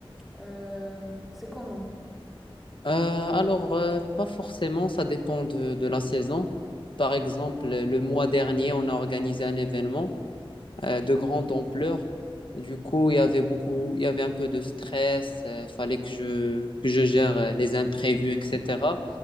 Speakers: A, in the centre; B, on the left.
A: Euh, c'est comment?
B: Euh, alors, euh, pas forcément, ça dépend de, de la saison. Par exemple, le mois dernier, on a organisé un événement euh,
A: Ouais.
B: de grande ampleur. Du coup, il y avait beaucoup, il y avait un peu de stress, il fallait que je, que je gère euh, les imprévus, etc.